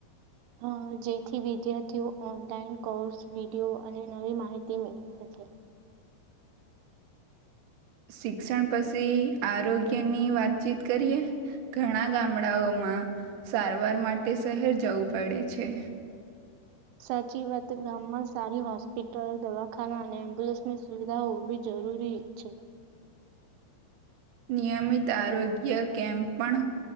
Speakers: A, on the right; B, on the right.
A: હ જેથી વિદ્યાર્થીઓ ઓનલાઈન કોર્સ વિડીયો અને નવી માહિતી મેળવી શકે
B: શિક્ષણ પછી આરોગ્યની વાતચીત કરીએ ઘણા ગામડાઓમાં સારવાર માટે શહેર જવું પડે છે
A: સાચી વાત ગામમાં સારી હોસ્પિટલો દવાખાના અને એમ્બ્યુલન્સની સુવિધા હોવી જરૂરી છે
B: નિયમિત આરોગ્ય કેમ્પ પણ